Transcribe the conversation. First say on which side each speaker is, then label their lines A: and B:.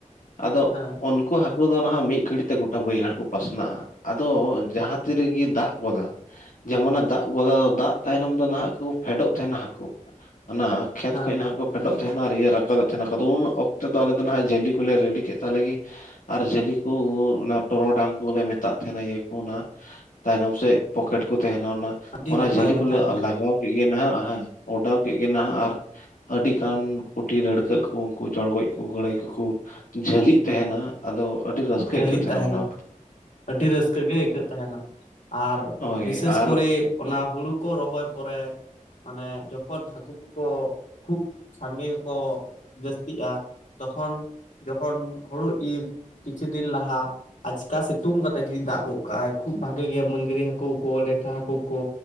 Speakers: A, on the left; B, on the left.
A: ᱟᱫᱚ
B: ᱦᱮᱸ
A: ᱩᱱᱠᱩ ᱦᱟᱹᱠᱩ ᱫᱚ ᱱᱟᱦᱟᱜ ᱢᱤᱫ ᱜᱷᱟᱹᱲᱤᱡ ᱛᱮ <unintelligible> ᱜᱚᱴᱟ ᱵᱟᱹᱭᱦᱟᱹᱲ ᱠᱚ ᱯᱟᱥᱱᱟᱜᱼᱟ ᱟᱫᱚ ᱡᱟᱦᱟᱸ ᱛᱤᱨᱮ ᱜᱮ ᱫᱟᱜ ᱜᱚᱫᱟ ᱡᱮᱢᱚᱱᱮ ᱫᱟᱜ ᱜᱚᱫᱟ ᱫᱟᱜ ᱛᱟᱭᱱᱚᱢ ᱫᱚ ᱱᱟᱦᱟᱜ ᱠᱚ ᱯᱷᱮᱰᱚᱜ ᱛᱟᱦᱮᱱᱟ ᱦᱟᱹᱠᱩ ᱚᱱᱟ ᱠᱷᱮᱛ
B: ᱦᱮᱸ
A: ᱠᱷᱚᱡ ᱱᱟᱦᱟᱜ ᱠᱚ ᱯᱷᱮᱰᱚᱜ ᱛᱟᱦᱮᱱᱟ ᱟᱨ ᱤᱭᱟᱹ ᱨᱟᱠᱟᱵᱚᱜ ᱛᱟᱦᱮᱱᱟ ᱠᱷᱫᱚ ᱩᱱ ᱚᱠᱛᱚ ᱫᱚ ᱟᱞᱮ ᱫᱚ ᱱᱟᱜ ᱡᱟᱹᱞᱤ ᱠᱚᱞᱮ ᱨᱮᱰᱤ ᱠᱮᱫ ᱛᱟᱞᱮ ᱜᱤ ᱟᱨ ᱡᱷᱟᱹᱞᱤ ᱠᱚ ᱚᱱᱟ ᱴᱚᱨᱚᱰᱟᱝ ᱠᱚᱞᱮ ᱢᱮᱛᱟᱜ ᱛᱟᱦᱮᱸᱱᱟ ᱤᱭᱟᱹ ᱠᱚ ᱚᱱᱟ ᱛᱟᱭᱱᱚᱢ ᱥᱮᱫ ᱯᱚᱠᱮᱴ ᱠᱚ ᱛᱟᱦᱮᱸᱱᱟ ᱚᱱᱟ
B: ᱟᱹᱰᱤ
A: ᱚᱱᱟᱹ
B: ᱱᱟᱯᱟᱭ
A: ᱡᱷᱟᱹᱞᱤ
B: ᱠᱟᱛᱷᱟ
A: ᱠᱚᱞᱮ
B: ᱚᱱᱟ
A: ᱞᱟᱜᱟᱼᱣ ᱠᱮᱫ ᱜᱮ ᱱᱟᱦᱟᱼᱜ ᱦᱮᱸ ᱚᱰᱟᱣ ᱠᱮᱫ ᱜᱮ ᱱᱟᱦᱟᱼᱜ ᱟᱨ ᱟᱹᱰᱤ ᱜᱟᱱ ᱯᱩᱴᱷᱤ ᱰᱟᱹᱲᱠᱟᱹᱜ ᱠᱚ ᱩᱱᱠᱩ ᱪᱚᱲᱜᱚᱡ ᱠᱚ ᱜᱟᱹᱲᱟᱹᱭ ᱠᱚᱠᱚ ᱡᱷᱟᱹᱞᱤᱜ ᱛᱟᱦᱮᱱᱟᱹ ᱟᱼᱫᱚ ᱟᱹᱰᱤ ᱨᱟᱹᱥᱠᱟᱹ
B: ᱡᱷᱟᱹᱞᱤᱜ
A: ᱟᱹᱭᱠᱟᱹᱜ ᱛᱟᱦᱮᱸᱱᱟ
B: ᱛᱟᱦᱮᱱᱟ
A: ᱚᱱᱟᱹ
B: ᱟᱹᱰᱤ ᱨᱟᱹᱥᱠᱟᱹ ᱜᱮ ᱟᱹᱭᱠᱟᱹᱜ ᱛᱟᱦᱮᱱᱟᱹ ᱟᱨ
A: ᱦᱳᱭ
B: ᱵᱤᱥᱮᱥ
A: ᱟᱨ
B: ᱠᱚᱨᱮᱹ ᱚᱱᱟ ᱦᱩᱲᱩ ᱠᱚ ᱨᱚᱦᱚᱭ ᱯᱚᱨᱮ ᱢᱟᱹᱱᱮ ᱡᱚᱠᱷᱚᱱ ᱦᱟᱹᱠᱩ ᱠᱚᱠᱚᱸ ᱠᱷᱩᱵ ᱥᱟᱜᱮ ᱠᱚ ᱡᱟᱹᱥᱛᱤᱜᱼᱟ ᱛᱚ ᱠᱷᱚᱱ ᱡᱚᱠᱷᱚᱱ ᱦᱩᱲᱩ ᱤᱨ ᱠᱤᱹᱪᱷᱩ ᱫᱤᱱ ᱞᱟᱦᱟ ᱟᱪᱤᱠᱟ ᱥᱤᱛᱩᱝ ᱠᱟᱹᱛᱮᱫ ᱡᱩᱫᱤ ᱫᱟᱜ ᱜᱚᱫ ᱠᱟᱜᱟᱭ ᱠᱷᱩᱵ ᱵᱷᱟᱜᱤ ᱜᱮᱼᱭᱟ ᱢᱟᱹᱟᱝᱨᱤ ᱦᱟᱹᱠᱩ ᱠᱚ ᱞᱮᱴᱷᱟ ᱦᱟᱹᱠᱩ ᱠᱚ